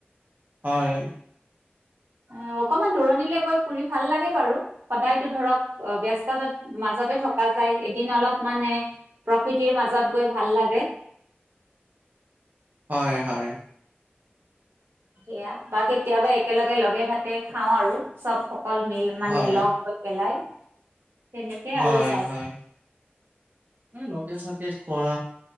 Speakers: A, on the right; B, on the right.
A: হয়।
B: অ অকমান দূৰণিলে গৈ পুৰি ভাল লাগে বাৰু সদায়তো ধৰক অ ব্যস্ততাত মাজ তে থকা যায় এদিন অলপ মানে প্ৰকৃতিৰ মাজত গৈ ভাল লাগে। <inaudible>
A: হয় হয়।
B: সেয়া বা কেতিয়াবা একেলগে লগে ভাতে খাও আৰু চব। ক মিল মানে
A: হয়
B: লগ হৈ পেলাই। তেনেকে আৰু
A: হয়
B: যায়
A: হয় লগে থাকে খোৱা।